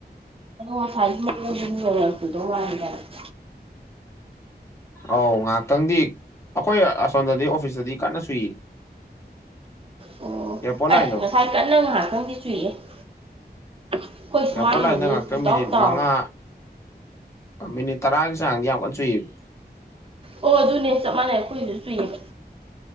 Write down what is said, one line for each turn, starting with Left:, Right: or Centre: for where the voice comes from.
Right: <inaudible>
Left: ꯑꯧ ꯉꯍꯥꯛꯇꯪꯗꯤ ꯑꯩꯈꯣꯏ ꯑꯁꯣꯝꯗꯗꯤ ꯑꯣꯐꯤꯁꯇꯗꯤ ꯀꯟꯅ ꯆꯨꯏꯌꯦ
Right: ꯑꯣ
Left: ꯌꯥꯄꯣꯠ ꯂꯥꯏꯗꯣ
Right: ꯑꯦ ꯉꯁꯥꯏ ꯀꯟꯅ ꯉꯥꯏꯍꯥꯛꯇꯪꯗꯤ ꯆꯨꯏꯌꯦ ꯑꯩꯈꯣꯏ
Left: ꯑꯦꯌꯥꯔꯄꯣꯔꯠ
Right: ꯁꯨꯃꯥꯡꯒꯁꯦ
Left: ꯂꯥꯏꯟꯗ ꯉꯥꯛꯇꯪ
Right: ꯄꯨꯡ
Left: ꯃꯤꯅꯤꯠ
Right: ꯇꯥꯎ ꯇꯥꯎꯏ
Left: ꯃꯉꯥ ꯃꯤꯅꯤꯠ ꯇꯔꯥꯒꯤ ꯆꯥꯡꯗꯤ ꯌꯥꯝ ꯀꯟꯅ ꯁꯨꯏꯌꯦꯕ
Right: ꯑꯣ ꯑꯗꯨꯅꯦ ꯆꯞ ꯃꯥꯟꯅꯩ ꯑꯩꯈꯣꯏꯁꯨ ꯆꯨꯏꯌꯦꯕ